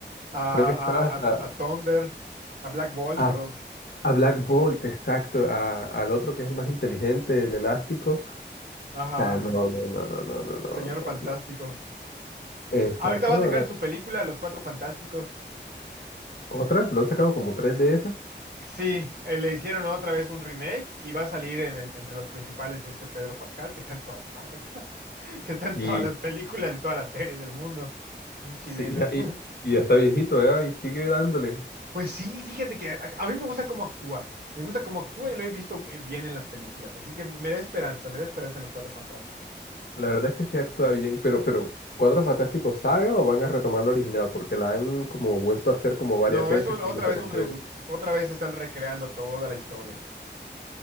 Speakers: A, on the right; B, on the left.
A: a,
B: creo que estaba
A: a,
B: hasta
A: a, a Thunder, a Black Bolt,
B: a,
A: perdón.
B: a Black Bolt, exacto, a- al otro que es el más inteligente, el elástico, o
A: Ajá,
B: no, no, no, no, no, no, no,
A: el señor
B: no,
A: fantástico.
B: yo- exacto,
A: Ahorita va a
B: no,
A: sacar
B: no,
A: su película, Los Cuatro Fantásticos.
B: otra, no han sacado como tres de esas,
A: Sí, eh, le hicieron otra vez un remake y va a salir en- en- entre los principales este Pedro Pascal, que está en todas partes, <laughs> que está en
B: y,
A: todas las películas y todas las series del mundo, un chileno.
B: sí, y, ya y-
A: <laughs>
B: y ya está viejito, ¿eh? Y sigue dándole,
A: Pues sí, fíjate que a, a mí me gusta cómo actúa, me gusta cómo actúa y lo he visto eh, bien en las películas, así que me da esperanza, me da esperanza en los Cuatro Fantásticos.
B: la verdad es que sí actúa bien, pero, pero, ¿Cuatro Fantásticos saga o van a retomar la original? Porque la han como vuelto a hacer como varias
A: No,
B: veces
A: es un-
B: con
A: otra
B: diferentes,
A: vez un reboot, otra vez están recreando toda la historia.